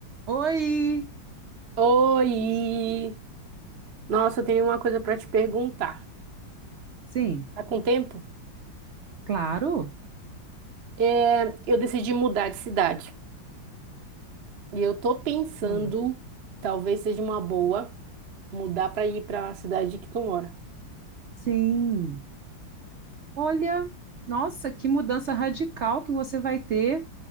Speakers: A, on the right; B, on the right.
A: Oi,
B: Oi! Nossa, eu tenho uma coisa para te perguntar.
A: Sim,
B: Tá com tempo?
A: claro.
B: É, eu decidi mudar de cidade. E eu tô pensando,
A: Ah.
B: talvez seja uma boa, mudar para ir para a cidade que tu mora.
A: sim. Olha, nossa, que mudança radical que você vai ter.